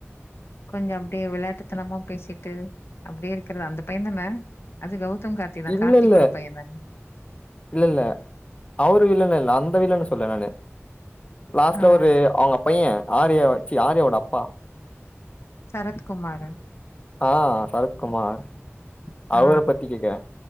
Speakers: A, on the left; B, on the left.
A: கொஞ்சோ அப்டியே வெளாட்டுத்தனமா பேசிட்டு அப்டியே இருக்குல அந்த பையந்தான அது கௌதம் கார்த்திதா
B: இல்ல
A: கார்த்திக்கோட
B: இல்ல
A: பையந்தானே
B: இல்ல இல்ல அவரு வில்லனு இல்ல அந்த வில்லன சொல்ல நானு லாஸ்டா
A: ஆ
B: ஒரு அவுங்க பைய ஆரியா சீ ஆரியவோட அப்பா
A: சரத்குமாரா
B: ஆ சரத்குமார்
A: ஆ
B: அவர பத்தி கேக்குறே